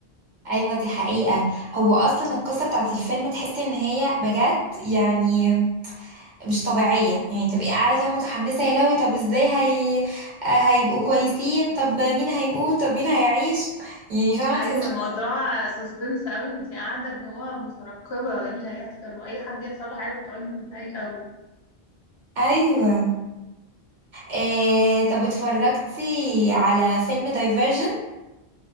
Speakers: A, on the right; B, on the left.
A: ايوه دي حقيقة هو اصلا القصة بتاعت الفيلم تحسي ان هي بجد يعني مش طبيعية يعني تبقي قاعدة كده متحمسة يا لهوي طب ازاي هي... آه، هيبقوا كويسين طب مين هيموت طب مين هيعيش يعني فاهمة
B: ايوه
A: تحسي
B: الموضوع سسبنس قوي انتي قاعدة اللي هو مترقبة ايه اللي هيحصل واي حد يحصل له حاجة بتقعدي متضايقة
A: ايوه إيه طب اتفرجتي على فيلم دايفرجن